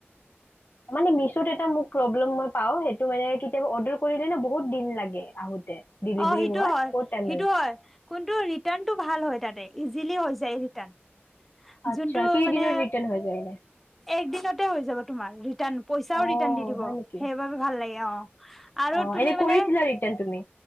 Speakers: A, on the left; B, in the centre.
A: মানে মিচ তোত এটা মোক প্ৰব্লেম মই পাওঁ সেইটো মানে কেতিয়াবা অৰ্ডাৰ কৰিলে ন বহুত দিন লাগে আহোতে ডেলিভাৰী
B: অ সেইটো
A: হোৱাত
B: হয়
A: বহুত টাইম
B: সেইটো
A: লাগে।
B: হয় কোনটো ৰিটাৰ্ণটো ভাল হয় তাতে ইজিলি হৈ যায় ৰিটাৰ্ণ
A: আচ্ছা
B: যোনটো
A: কেইদিনৰ
B: মানে
A: ৰিটাৰ্ণ হৈ যায় এনে
B: এক দিনতে হৈ যাব তোমাৰ ৰিটাৰ্ণ পইচাও
A: অ',
B: ৰিটাৰ্ণ দি দিব
A: হয় নেকি?
B: সেইবাবে ভাল লাগে অ আৰু
A: অ
B: তুমি
A: এনে কৰিছিলা
B: মানে
A: ৰিটাৰ্ণ তুমি